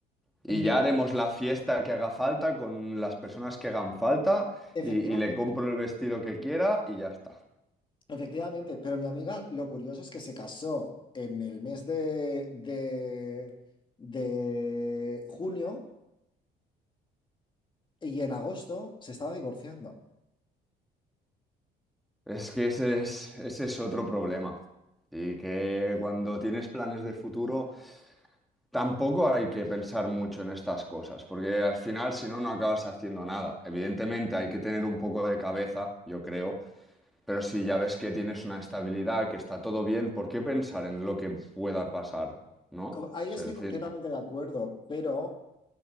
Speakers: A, in the centre; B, on the left.
A: Y
B: Mi
A: ya
B: ami-
A: haremos la fiesta que haga falta con las personas que hagan falta
B: efectivamente,
A: y, y le compro el vestido que quiera y ya está.
B: efectivamente, pero mi amiga, lo curioso es que se casó en el mes de, de, de junio y en agosto se estaba divorciando.
A: Es que ese es, ese es otro problema. Y que cuando tienes planes de futuro, tampoco hay que pensar mucho en estas cosas, porque al final, si no, no acabas haciendo nada. Evidentemente, hay que tener un poco de cabeza, yo creo, pero si ya ves que tienes una estabilidad, que está todo bien, ¿por qué pensar en lo que pueda pasar? ¿No?
B: Co-
A: O
B: Ahí
A: sea,
B: estoy
A: al
B: completamente
A: final.
B: de acuerdo, pero